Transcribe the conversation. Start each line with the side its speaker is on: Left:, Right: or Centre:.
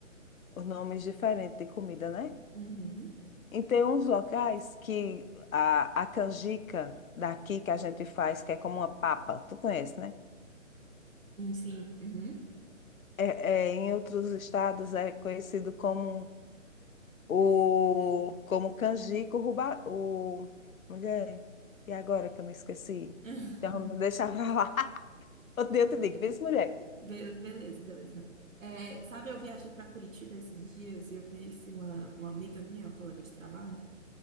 Left: os nomes diferentes de comida, né?
Right: Uhum.
Left: E tem uns locais que a, a canjica daqui que a gente faz, que é como uma papa. Tu conhece, né?
Right: Sim, sim. Uhum.
Left: É, é, em outros estados é conhecido como o como canjico ruba, o mulher. E agora que eu me esqueci?
Right: <laughs>
Left: Então, me deixa pra lá. <laughs> Outro dia eu te digo, vê se mulher,
Right: Be- beleza, beleza. É, sabe, eu viajei para Curitiba esses dias e eu conheci uma, uma amiga minha, uma colega de trabalho.